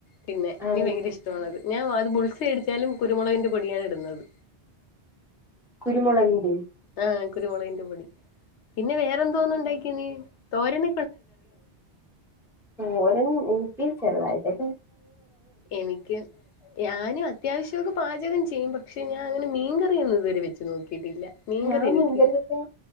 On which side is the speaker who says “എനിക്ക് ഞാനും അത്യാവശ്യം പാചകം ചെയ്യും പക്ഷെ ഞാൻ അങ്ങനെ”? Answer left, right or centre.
Left